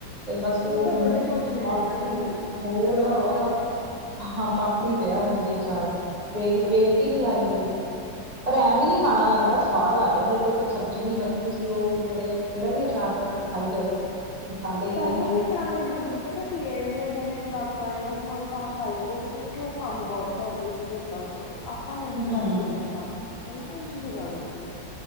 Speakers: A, on the right (about 30°); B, on the left (about 75°).
A: ਫਿਰ ਬਸ ਉਹ
B: ਤਾਂ
A: ਹੁਣ
B: ਬੜੇ ਚੋਚਲੇ
A: ਪਾਸ
B: ਨੇ ਇਹਨਾਂ ਦੇ ਹਨਾ
A: ਹੋਰ
B: ਜਵਾਕਾਂ
A: ਉਹ ਤਾਂ
B: ਦੇ
A: ਹਾਂ ਪਾਸੇ ਹੀ ਪਿਆ ਹੁਣ ਵੀ ਅਚਾਰ ਵੇਖ ਵੇਖ
B: ਹਾਂ
A: ਕੇ ਨੀ ਆਈ ਕੋਈ ਪਰ ਐਵੇ ਵੀ
B: ਹਮ।
A: ਨੀ ਮਾੜਾ ਲੱਗਦਾ ਸਵਾਦ ਲਗਦਾ ਜੇ ਕੋ ਕੋ ਸਬਜ਼ੀ ਨਹੀਂ ਬਣੀ ਤੁਸੀਂ ਉਹ ਜਿਹੜੇ ਜਿਹੜਾ ਵੀ ਅਚਾਰ ਵ ਉਹ ਖਾਈ ਜਾਓ। ਮਸਾਲੇ ਇੰਨੇ
B: ਪਹਿਲਾਂ
A: ਨੇ
B: ਵੀ ਪੁਰਾਣੇ ਬਜ਼ੁਰਗ ਪਤਾ ਕੀ ਹੈ ਇੰਨੀਆਂ ਜ਼ਿਆਦਾ ਖੁਰਾਕਾਂ ਇੰਨਾ ਸਮਾਨ ਤਾਂ ਖਾ ਲੈਂਦੇ ਸੀ ਕਿਉਂਕਿ ਉਹ ਕੰਮ ਬਹੁਤ ਕਰਦੇ ਸੀ ਖੇਤਾਂ ਚ ਆਪਾਂ ਨਹੀਂ
A: ਹੂੰ
B: ਕਰਦੇ ਉਹਨਾਂ ਕੰਮ ਹੈਨਾ ਉਹ ਚੀਜ਼ ਆ ਜਾਂਦੀ ਆ